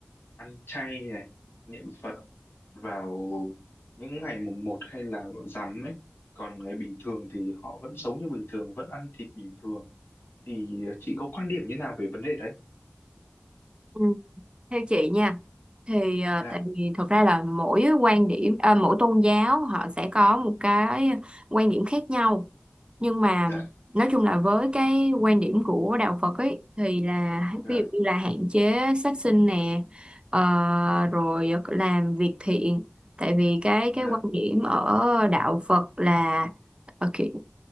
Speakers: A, on the left (about 70°); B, on the right (about 25°).
A: ăn chay này, niệm Phật vào những ngày mùng một hay là rằm ấy còn ngày bình thường thì họ vẫn sống như bình thường vẫn ăn thịt bình thường thì chị có quan điểm như nào về vấn đề đấy
B: Ừ, theo chị nha thì ờ,
A: dạ
B: tại vì thực ra là mỗi quan điểm à, mỗi tôn giáo họ sẽ có một cái quan điểm khác nhau nhưng mà
A: dạ
B: nói chung là với cái quan điểm của đạo Phật ấy thì là
A: dạ
B: ví dụ như là hạn chế sát sinh nè ờ, rồi làm việc thiện tại vì cái
A: dạ
B: cái quan điểm ở đạo Phật là ờ, kiểu,